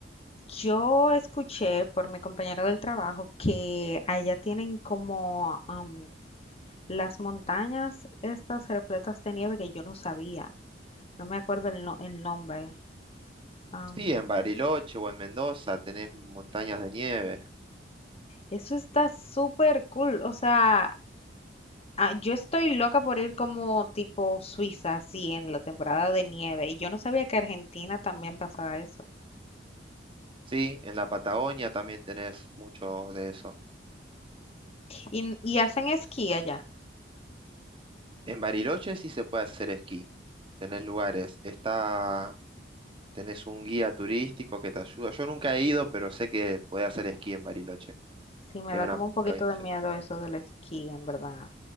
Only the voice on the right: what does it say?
Sí, en Bariloche o en Mendoza tenés montañas de nieve.
Sí, en la Patagonia también tenés mucho de eso.
En Bariloche sí se puede hacer esquí. Tenés lugares, está, tenés un guía turístico que te ayuda. Yo nunca he ido, pero sé que podés hacer esquí en Bariloche,
en
una
provincia.